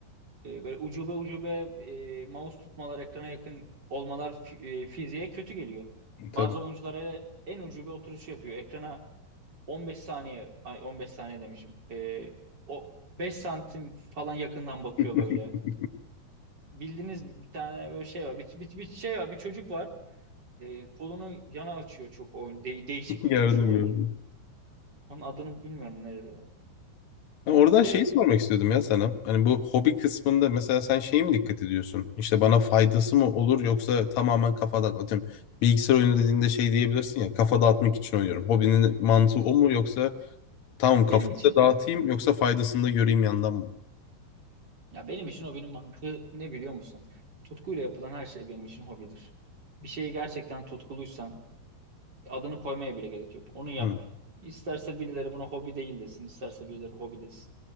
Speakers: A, on the right; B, on the left.
A: E, böyle ucube ucube e, mouse tutmalar, ekrana yakın olmalar fi- e, fiziğe kötü geliyor.
B: da-
A: Bazı
B: tabii.
A: oyunculara en ucube oturuşu yapıyor. Ekrana 15 saniye, ay 15 saniye demişim. E, o 5 santim falan yakından bakıyor
B: <laughs>
A: böyle. Bildiğiniz bir tane böyle şey var. Bir, bir, bir şey var, bir çocuk var. E, kolunu yana açıyor çok oyun. de- değişik bir
B: Yardım
A: duruşu var.
B: gördüm.
A: Onun adını bilmiyorum nerede. ya.
B: Yani oradan
A: Bir de
B: şeyi sormak istiyordum ya sana. Hani bu hobi kısmında mesela sen şeye mi dikkat ediyorsun? İşte bana faydası mı olur yoksa tamamen kafa dağıtmak? Atıyorum, bilgisayar oyunu dediğinde şey diyebilirsin ya kafa dağıtmak için oynuyorum. Hobinin mantığı o mu yoksa tamam
A: benim
B: kafayı
A: için
B: da dağıtayım yoksa faydasını da göreyim yandan mı?
A: Ya benim için hobinin mantığı ne biliyor musun? Tutkuyla yapılan her şey benim için hobidir. Bir şeyi gerçekten tutkuluysan adını koymaya bile gerek yok. Onu yap.
B: Hı.
A: İsterse birileri buna hobi değil desin, isterse birileri hobi desin.